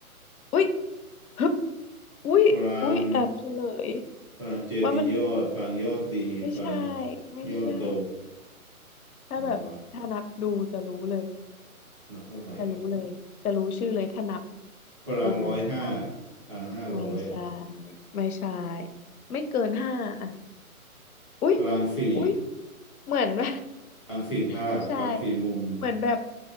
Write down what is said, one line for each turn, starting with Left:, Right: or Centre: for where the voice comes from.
Left: อุ๊ยฮึบอุ๊ยอุ๊ยแอบเฉลย
Right: ปรางปรางเจดียอดปรางยอดดีปราง
Left: ว่ามันไม่ใช่ไม่ใช่
Right: ยอดโด
Left: ถ้าแบบถ้านับดูจะรู้เลย
Right: อะไรวะ นับอะไรอ่ะ
Left: จะรู้เลยจะรู้ชื่อเลยถ้านับ
Right: ปรางร้อยห้า
Left: ดูรลาน
Right: ปรางห้าร้อย
Left: ไม่ใช่ไม่ใช่ไม่เกินห้าอ่ะอุ๊ย
Right: ปรางสี่
Left: อุ๊ยเหมือน <laughs>
Right: ปรางสี่ภาคปรางสี่มุม
Left: ไม่ใช่เหมือนแบบ